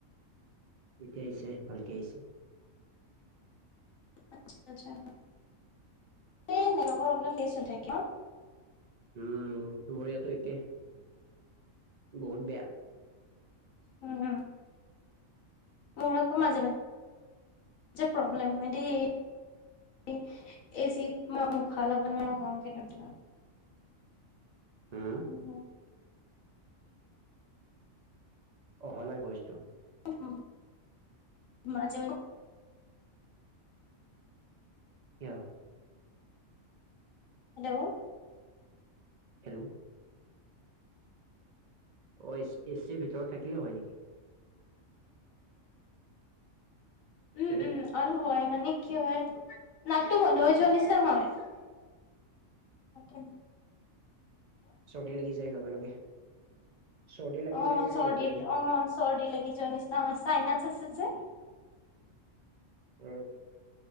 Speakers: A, on the right (about 50°); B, on the left (about 80°).
A: <unintelligible> এতিয়া আহিছে ভালকে আহিছে <inaudible>
B: <unintelligible> আচ্ছা-আচ্ছা <inaudible> <unintelligible> এ নেটৱৰ্কৰ প্ৰব্লেম ধেৰ চলি থাকে অ <inaudible>
A: উম মোৰ ইয়াতো একে <unintelligible> বহুত বেয়া।
B: উম মোৰ আকৌ মাজে মাজে যে প্ৰব্লেম হয় দেই। এ চিট মই উষা ল'ব নোৱাৰা হও কিন্তু
A: হম
B: উম
A: অহা নাই ভইচটো।
B: উম মাজে মাজে
A: কিয়
B: হেল্ল'
A: হেল্ল' অ এচিৰ ভিতৰত থাকিলে হয় নেকি
B: উম
A: হেল্ল'
B: উম অহ হয় মানে কি হয় নাকটো বন্ধ হৈ যোৱা নিচিনা হয় তাকে
A: চৰ্দি লাগি যায় লগে লগে চৰ্দি লাগি
B: অ
A: যায় বোলো
B: চৰ্দি
A: লগে লগে
B: অ চৰ্দি লাগি যোৱা নিচিনা চাইনাচ আছে যে
A: উম